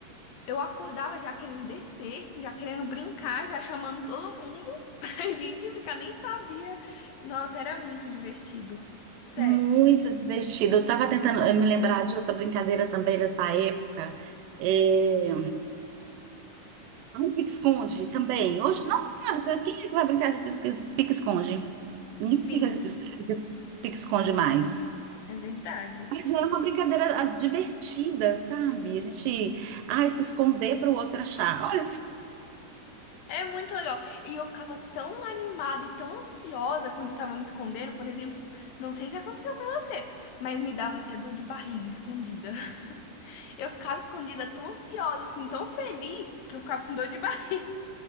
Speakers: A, on the left (about 80°); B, on the right (about 80°).
A: Eu acordava já querendo descer, já querendo brincar, já chamando todo mundo <laughs> pra gente brincar, nem sabia. Nossa, era muito divertido. Sério.
B: muito divertido. Eu estava tentando eh, me lembrar de outra brincadeira também nessa época. É... ai, Pique-esconde também. Hoje, nossa senhora, você- quem é que vai brincar de pique- pique-esconde? Ninguém
A: Sim,
B: brinca de pique- pique-esconde mais.
A: é verdade.
B: Mas era uma brincadeira ah, divertida, sabe? A gente, ai, se esconder para o outro achar. Olha, isso.
A: É muito legal. E eu ficava tão animada e tão ansiosa quando eu tava me escondendo, por exemplo. Não sei se aconteceu com você, mas me dava até dor de barriga escondida. <laughs> Eu ficava escondida tão ansiosa, assim, tão feliz, que eu ficava com dor de barriga